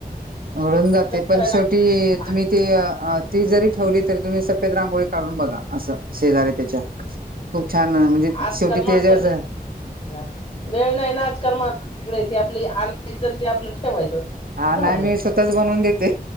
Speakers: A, on the right; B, on the left.
A: उडून जाते पण
B: करायला
A: शेवटी
B: आ-
A: तुम्ही ते ती जरी ठेवली तरी तुम्ही सफेद रांगोळी काढून बघा अस शेजार त्याच्या छान म्हणजे
B: आजकाल
A: शेवटी ते
B: माणसांची
A: जच.
B: ना वेळ नाही ना आजकाल माण वेगळे त आपली आणयचं ते आपलं. ठेवायचं
A: हा
B: झालं
A: नाही मी स्वतःच बनवून देते